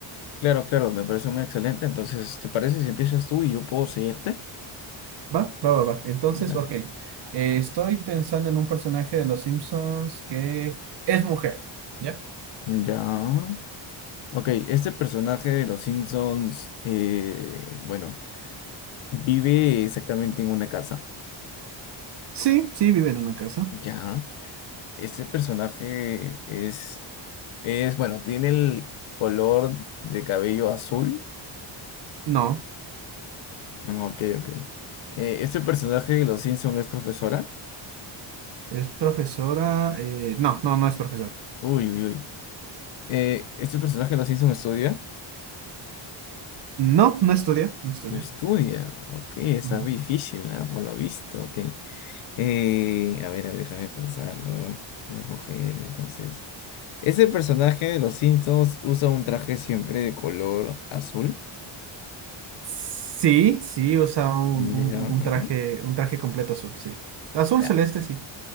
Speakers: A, on the left; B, on the right.
A: Claro, claro, me parece muy excelente. Entonces, ¿te parece si empiezas tú y yo puedo seguirte?
B: Va, va, va, va. Entonces,
A: Dale.
B: ok. Eh, estoy pensando en un personaje de Los Simpsons que es mujer. ¿Ya?
A: Ya. Ok, este personaje de los Simpsons, eh, bueno, vive exactamente en una casa.
B: Sí, sí, vive en una casa.
A: Ya. Este personaje es, es, bueno, tiene el color de cabello azul.
B: No,
A: Mm, Ok, ok. Eh, ¿este personaje de Los Simpson es profesora?
B: es profesora. eh, no, no, no es profesora.
A: Uy, uy, uy. Eh, ¿este personaje de Los Simpson estudia?
B: No, no estudia, no estudia.
A: No Estudia. Ok, esa
B: Ujú.
A: es difícil, ¿ah? Por lo visto. Ok. Eh, a ver, a ver, déjame pensarlo. Es mujer, entonces. ¿Ese personaje de Los Simpsons usa un traje siempre de color azul?
B: Sí, sí, usa un,
A: Mm,
B: un-
A: Ya.
B: un
A: ¿no?
B: traje, un traje completo azul, sí. Azul
A: Ya,
B: celeste, sí.